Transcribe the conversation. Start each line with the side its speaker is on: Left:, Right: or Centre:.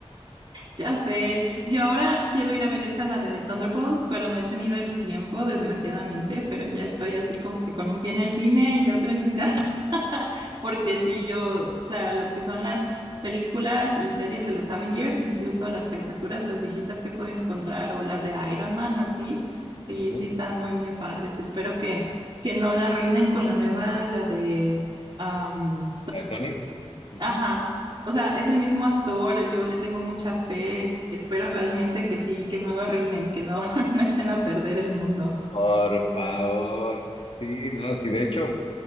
Right: Ya sé, yo ahora quiero ir a ver esa, la de Thunderbolts, pero no he tenido el tiempo, desgraciadamente, pero ya estoy así como que con un pie en el cine y otro en mi casa, <laughs> porque sí, yo, o sea, lo que son las películas y series de los Avengers, incluso las caricaturas, las viejitas que he podido encontrar o las de Iron Man o así, sí,
Left: Ujú.
Right: sí están muy, muy padres. Espero que, que no la arruinen con la nueva, la de um,
Left: ¿La de Tony? Ujú.
Right: Ajá. O sea, es el mismo actor, yo le tengo mucha fe, espero realmente que sí, que no lo arruinen, que no, <laughs> no echen a perder el mundo.
Left: Por favor. Sí, no, sí, de hecho.